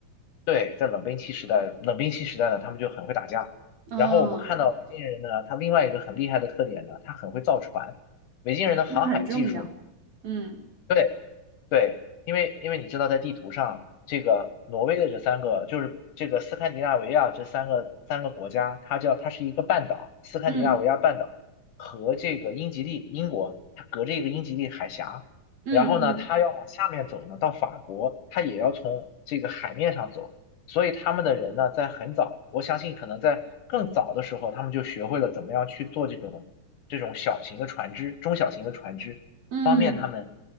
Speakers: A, on the left (about 70°); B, on the right (about 50°).
A: 对，在冷兵器时代，冷兵器时代呢，他们就很会打架。
B: 嗯，
A: 然后我们看到维京人呢，他另外一个很厉害的特点呢，他很会造船。维京人的航海技术
B: 那很重要，嗯
A: 对对，因为因为你知道，在地图上，这个挪威的这三个，就是这个斯堪的纳维亚这三个三个国家，它叫它是一个半岛，斯堪的纳维亚半岛和这个英吉利英国，
B: 嗯
A: 它隔着一个英吉利海峡，
B: 嗯嗯
A: 然后呢，它要往下面走呢，到法国，它也要从这个海面上走，所以他们的人呢，在很早，我相信可能在更早的时候，他们就学会了怎么样去做这种这种小型的船只、中小型的船只。
B: 嗯
A: 方便他们